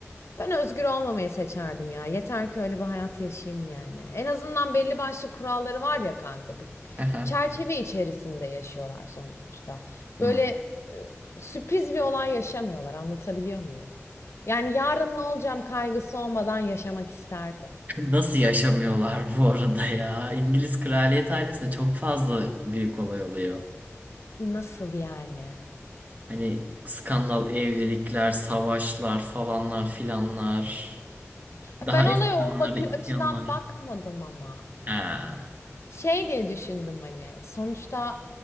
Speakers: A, on the left (about 60°); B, on the right (about 30°).
A: Ben özgür olmamayı seçerdim ya. Yeter ki öyle bir hayat yaşayayım yani. En azından belli başlı kuralları var ya kanka. Bir
B: Aha.
A: çerçeve içerisinde yaşıyorlar sonuçta.
B: Hmm.
A: Böyle e, sürpriz bir olay yaşamıyorlar. Anlatabiliyor muyum? Yani yarın ne olacağım kaygısı olmadan yaşamak isterdim.
B: Nasıl yaşamıyorlar bu arada ya? İngiliz kraliyet ailesinde çok fazla büyük olay oluyor.
A: Nasıl yani?
B: Hani skandal evlilikler, savaşlar falanlar filanlar.
A: Ben
B: Daha
A: olaya
B: eski zamanlarda
A: o bakı
B: isyanlar.
A: açıdan bakmadım ama.
B: Ha.
A: Şey diye düşündüm hani sonuçta